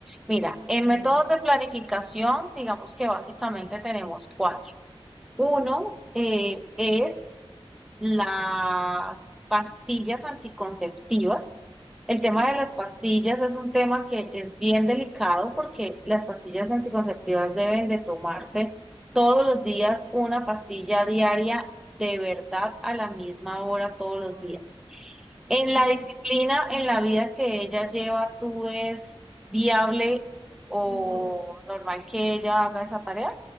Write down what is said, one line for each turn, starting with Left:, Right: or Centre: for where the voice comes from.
Centre: Mira,
Right: Ah,
Centre: en
Right: qué
Centre: métodos
Right: bueno.
Centre: de planificación, digamos que básicamente tenemos cuatro. Uno eh, es las pastillas anticonceptivas. El tema
Right: Hmm,
Centre: de las pastillas es un tema que es bien delicado porque las pastillas anticonceptivas deben de tomarse todos los días, una pastilla diaria de verdad a la misma hora todos los
Right: Ahora,
Centre: días. En
Right: no,
Centre: la disciplina, en la vida que ella lleva, ¿tú es viable o
Right: no.
Centre: normal que ella haga esa tarea?